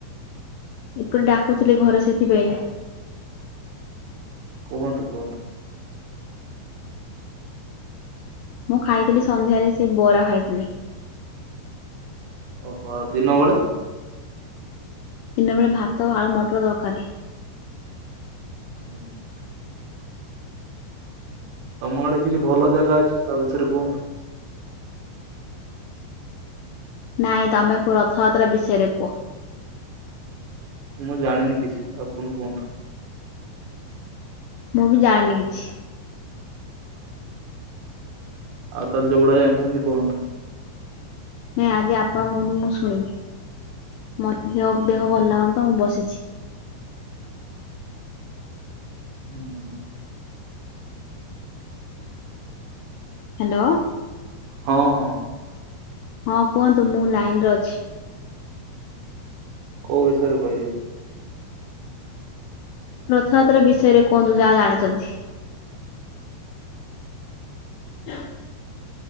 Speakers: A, on the left; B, on the right.
A: ଏପଟେ ଡାକୁଥିଲେ ଘରେ ସେଥିପାଇଁ।
B: କୁହନ୍ତୁ କୁହନ୍ତୁ।
A: ମୁଁ ଖାଇଥିଲି ସନ୍ଧ୍ୟାରେ ସେ ବରା ଖାଇଥିଲି।
B: ଓହୋ ଆଉ ଦିନବେଳେ?
A: ଦିନବେଳେ ଭାତ ଆଉ ମଟର ଦରକାର।
B: ହୁଁ। ତମ ଆଡେ କିଛି ଭଲ ଜାଗା ଅଛି ତା ବିଷୟରେ କୁହନ୍ତୁ।
A: ନାଇଁ ତମେ କୁହ ରଥଯାତ୍ରା ବିଷୟରେ କୁହ।
B: ମୁଁ ଜାଣିନି କିଛି ଆପଣ କୁହନ୍ତୁ।
A: ମୁଁ ବି ଜାଣିନି କିଛି।
B: ଆଉ ତାହେଲେ ଯଉଟା ଜାଣିଛନ୍ତି କୁହନ୍ତୁ।
A: ନାଇଁ ଆଜି ଆପଣ କୁହନ୍ତୁ ମୁଁ ଶୁଣିବି। ମୋତେ ଦେହ ଦେହ ଭଲ ଲାଗୁନି ତ ମୁଁ ବସିଛି।
B: <inaudible>
A: ହ୍ୟାଲୋ।
B: ହଁ ହଁ।
A: ହଁ କୁହନ୍ତୁ ମୁଁ ଲାଇନ୍ ରେ ଅଛି।
B: କୋଉ ବିଷୟରେ କହିବି?
A: ରଥଯାତ୍ରା ବିଷୟରେ କୁହନ୍ତୁ ଯାହା ଜାଣିଛନ୍ତି। <unintelligible>